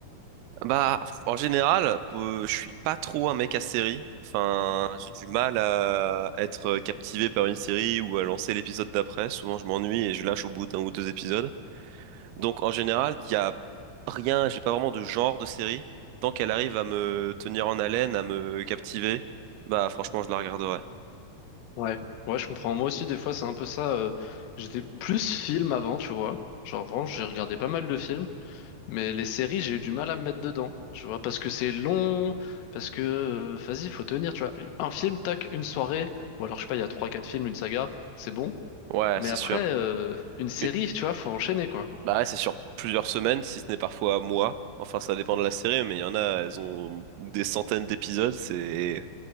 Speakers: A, on the right (about 90°); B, on the left (about 80°).
A: Bah, en général, euh, je suis pas trop un mec à série. Enfin, j'ai du mal à être euh, captivé par une série ou à lancer l'épisode d'après. Souvent, je m'ennuie et je lâche au bout d'un ou deux épisodes. Donc, en général, il y a rien, j'ai pas vraiment de genre de série. Tant qu'elle arrive à me tenir en haleine, à me captiver, bah, franchement, je la regarderai.
B: Ouais. Ouais, je comprends. Moi aussi, des fois, c'est un peu ça. euh, J'étais plus film avant, tu vois. Genre, vraiment, j'ai regardé pas mal de films. Mais les séries, j'ai eu du mal à me mettre dedans, tu vois, parce que c'est long, parce que, euh, vas-y, faut tenir, tu vois. Un film, tac, une soirée, ou alors, je sais pas, il y a trois, quatre films, une saga, c'est bon.
A: Ouais,
B: Mais
A: c'est
B: après,
A: sûr.
B: euh, une série,
A: U-
B: tu vois, faut enchaîner, quoi.
A: Bah, ouais, c'est sur plusieurs semaines, si ce n'est parfois mois. Enfin, ça dépend de la série, mais il y en a, elles ont des centaines d'épisodes, c'est